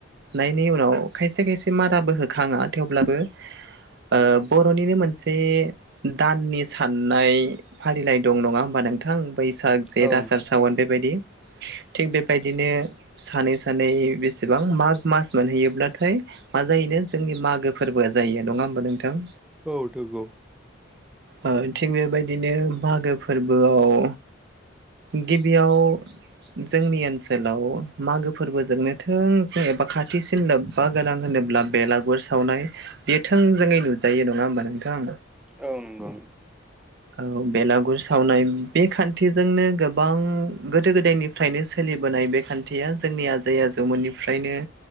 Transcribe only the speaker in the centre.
औ
औ द ग।
औ नंगौ।